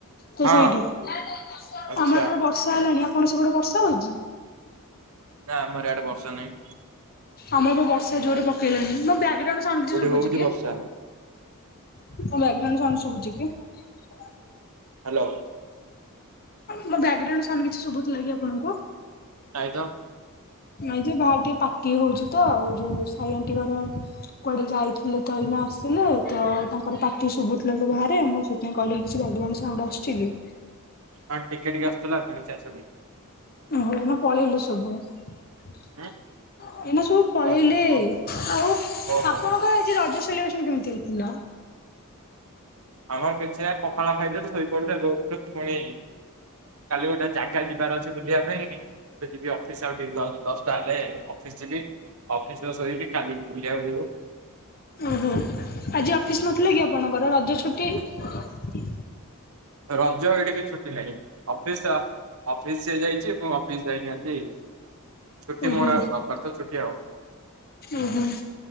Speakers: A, on the left; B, on the right.
A: ତ
B: ହଁ
A: ସେଇଠି <unintelligible>
B: ଆଚ୍ଛା।
A: ଆମର ଏପଟେ ବର୍ଷା ହେଲାଣି କଣ ସେପଟେ ବର୍ଷା ହଉଛି।
B: ନାଁ ଆମର ଏଆଡେ ବର୍ଷ ନାଇ।
A: ଆମର ଏଆଡେ ବର୍ଷା ଜୋରେ ପକେଇଲେଣି ମୋ ବ୳୲ଗ ଏଇଟା କଣ ସାଉଣ୍ଡ
B: କୋଉଠି
A: ଶୁଭୁଛି
B: ହଉଛି
A: କି?
B: ବର୍ଷା
A: ବ୍ୟାଗ୍ରାଉଣ୍ଡ ଶୁଭୁଛି କି? <inaudible>
B: ହାଲୋ
A: ମୋ ବ୍ୟାଗ୍ରାଉଣ୍ଡ ସାଉଣ୍ଡ କିଛି ସୁବୁଥିଲାକି ଆପଣଙ୍କୁ।
B: ନାଇ ତ
A: ଆାଇ ଯେ ବାହ ଟିକେ ପାାର୍ଟି ହଉଛି। ତ ଆଉ ଯୋଉ ସାଇ ଆଣ୍ଟି ଘର କୁଆଡେ ଯାଇଥିଲେ ତ ଏଇନା ଆସିଲେ। ତ ତାଙ୍କର ପାାର୍ଟି ଶୁଭୁଥିଲା ବାହାରେ ମୁଁ ସେଥିପାଇଁ କହିଲି କିଛି ବ୍ୟାଗ୍ରାଉଣ୍ଡ ସାଉଣ୍ଡ ଆସୁଚିକି।
B: ହଁ ଟିକେ ଟିକେ ଆସୁଥିଲା ତ ଚାଷ ବି
A: ହ ଏବେ ପଳେଇଲୁ ଶଭୁ। ଏଇନା
B: ଉଁ
A: ସବୁ ପଳେଇଲେ
B: ଓହୋ ଓ
A: ଆଉ
B: ଓହୋ
A: ଆପଣଙ୍କ ଏ ରଜ <unintelligible> କେମତି ହେଇଥିଲ।
B: ଆମର କିଛି ପଖାଳ ଖାଇଦେଲେ ଶୋଇପଡିଲେ। ପୁଣି କାଲି ଗୋଟେ ଜାଗା ଯିବାର ଅଛି। ବୁଲିବା ପାଇଁ ଯିବି ଅଫିସ ଆଉିକ ଦଶଟା ହେଲେ ଅଫିସ ଯିବି ଅଫିସ ଶୋଇବି କାଲି ବୁଲିବାକୁ ଯିବୁ।
A: ଓହୋ ଆଜି ଅଫିସ ନଥିଲା କି ଆପଣଙ୍କର ରଜ ଛୁ ଟୀ
B: ରଜ ଏଇଠି ବି ଛୁଟି ନାହିଁ ଅଫିସ ଅଫିସ ସିଏ ଯାଇଛି ମୁଁ ଅଫିସ ଯାଇନି ଆଜି ଛୁଟି
A: ଓହୋ
B: ମୋର ଆଉ ରବିବାର ତ ଛୁଟି ଆଉ
A: ଓହୋ।